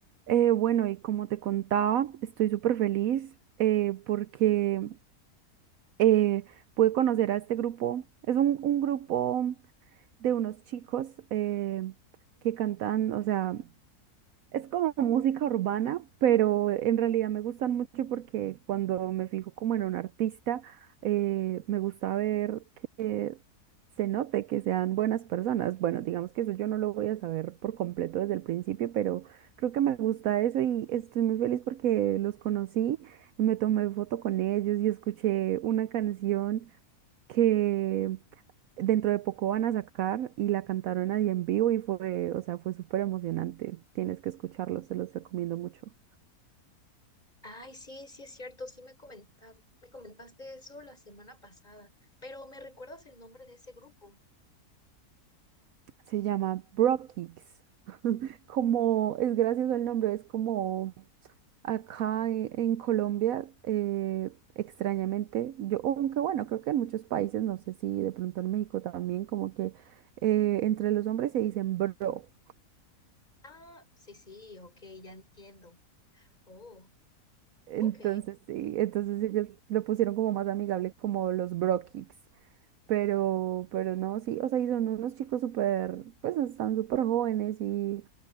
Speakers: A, on the right; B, on the left.
A: Eh, bueno, y como te contaba, estoy súper feliz eh, porque eh, pude conocer a este grupo. Es un, un grupo de unos chicos eh, que cantan, o sea, es como música urbana, pero en realidad me gustan mucho porque cuando me fijo como en un artista, eh, me gusta ver que se note que sean buenas personas. Bueno, digamos que eso yo no lo voy a saber por completo desde el principio, pero creo que me gusta eso y estoy muy feliz porque los conocí y me tomé foto con ellos y escuché una canción que Dentro de poco van a sacar y la cantaron ahí en vivo y fue, o sea, fue súper emocionante. Tienes que escucharlo, se los recomiendo mucho.
B: Ay, sí, sí es cierto, sí me comentaste, me comentaste eso la semana pasada, pero ¿me recuerdas el nombre de ese grupo?
A: Se llama Bro Kicks. Como es gracioso el nombre, es como acá e- en Colombia, eh, extrañamente, yo, aunque bueno, creo que en muchos países, no sé si de pronto en México también, como que eh, entre los hombres se dicen bro.
B: Ah, sí, sí, ok, ya entiendo. Oh,
A: Entonces
B: ok.
A: sí, entonces ellos lo pusieron como más amigable, como los Bro Kicks. Pero, pero no, sí, o sea, y son unos chicos súper, pues están súper jóvenes y,